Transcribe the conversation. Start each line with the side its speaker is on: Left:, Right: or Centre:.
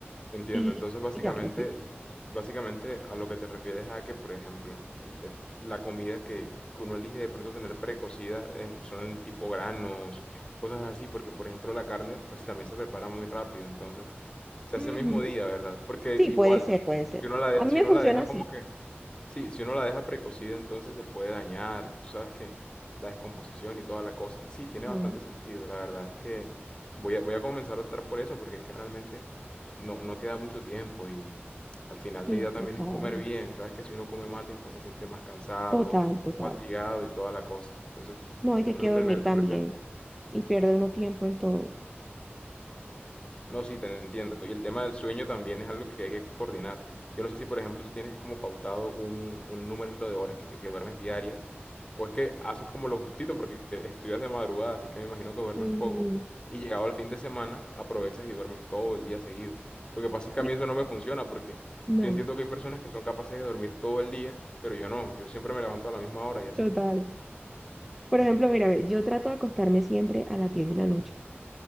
Left: Entiendo,
Centre: Y,
Left: entonces básicamente,
Centre: y ya me fui.
Left: básicamente a lo que te refieres a que, por ejemplo, l- l- la comida que, que uno elige de pronto tener precocida eh, son el tipo granos, cosas así, porque por ejemplo la carne pues también se prepara muy rápido, entonces se
Centre: Ujú.
Left: hace el mismo día, ¿verdad? Porque
Centre: Sí,
Left: igual,
Centre: puede ser, puede ser.
Left: si uno la, de-
Centre: A mí
Left: si
Centre: me
Left: uno
Centre: funciona
Left: la deja
Centre: así.
Left: como que, sí, si uno la deja precocida entonces se puede dañar, tú sabes que la descomposición y toda la cosa, sí, tiene
Centre: Claro,
Left: bastante sentido, la verdad es que voy a, voy a comenzar a optar por eso porque es que realmente no, no queda mucho tiempo y al final
Centre: sí,
Left: la idea
Centre: es
Left: también
Centre: pesado.
Left: es comer bien. Sabes que si uno come mal después se siente más cansado,
Centre: Total, total.
Left: más fatigado y toda la cosa. Entonces,
Centre: No, hay que
Left: de
Centre: hay
Left: pronto
Centre: que dormir
Left: tener eso
Centre: también.
Left: presente.
Centre: Y pierde uno tiempo en todo.
Left: No, sí, te entiendo. Y el tema del sueño también es algo que hay que coordinar. Yo no sé si, por ejemplo, tú tienes como pautado un, un número de horas que, que- que duermes diarias, o es que haces como lo justito porque estudias de madrugada, así que me imagino que duermes
Centre: Ujú.
Left: poco, y llegado el fin de semana aprovechas y duermes todo el día seguido. Lo que pasa es que
Centre: Pero-
Left: a mí eso no me funciona porque
Centre: No,
Left: yo entiendo que hay personas que son capaces de dormir todo el día, pero yo no, yo siempre me levanto a la misma hora y así,
Centre: total. Por ejemplo, mira, ve, yo trato de acostarme siempre a las 10 de la noche.